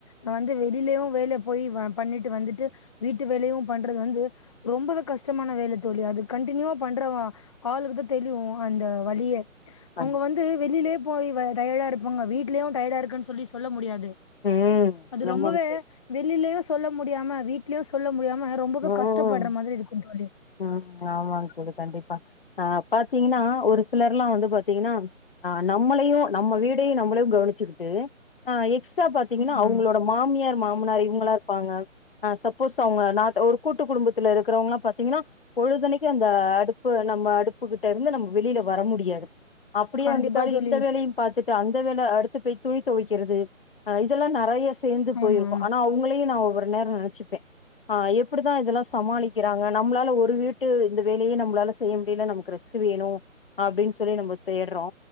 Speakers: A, on the left; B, on the left.
A: நா வந்து வெளிலவு வேல‌போய் வ பண்ணிட்டு வந்துட்டு வீட்டு வேலையு பண்றது வந்து ரொம்பவே கஷ் டமான வேல தோழி அது கண்டினியூவா பண்றவ ஆளுக்குதா தெளியு அந்த வலியே
B: கண்
A: அவுங்க வந்து வெளியிலயே போய் வ டயர்டா இருப்பாங்க வீட்லேயு டயர்டா இருக்குன்னு சொல்லி சொல்ல முடியாது
B: ம்
A: அது
B: ஆமாங்
A: ரொம்பவே
B: தோழி
A: வெளிலயு சொல்ல முடியாம வீட் ட்லியு சொல்ல முடியாம ரொம்பவே
B: ம்
A: கஷ்டப்பட்ற மாரி இருக்கு தோழி
B: ம் ஆமாங்க தோழி கண்டிப்பா ஆ பாத்தீங்கன்னா ஒரு சிலர்ல்லா வந்து பாத்தீங்கன்னா ஆ நம்மளையு நம்ம வீடையு நம்மளையு கவனச்சுக்கிட்டு அ எக்ஸ்ட்ரா பத் தீங்கன்னா
A: ஆமா
B: அவுங்களோட
A: ஆமா
B: மாமியார் மாமனார் இவங்களா இருப்பாங்க சப்போஸ் அவுங்க நாத் ஒரு கூட்டு குடும்பத்துல இருக்குறவங்கலா பாத்தீங்கன்னா பொழுதனைக்கி அந்த அடுப்பு நம்ம அடுப்புகிட்டருந்து நம்ம வெளிய்ல வர முடியாது அப்டியே
A: கண்டிப்பா
B: வந்துட்டாலு
A: தோழி
B: இந்த வேலையு பாத் த்துட்டு அந்த வேல அடுத்து பேய் துணி தொவைக்கிறது ஆ இதலா நறையா சேந்து போயிருக்கு
A: ஆமா ஆமா
B: ஆனா உங்களையு நா ஒவ்வொரு நேரோ நெனைச்சுப்பே எ ப்புடுதா இதெல்லா சமாளிக்கிறாங்க நம்ளால ஒரு வீட்டு இந்த வேலையே நம்பளால செய்ய முடியல நமக்கு ரெஸ்ட் வேணு அப்டின்னு சொல்லி நம்ம தேட்றோ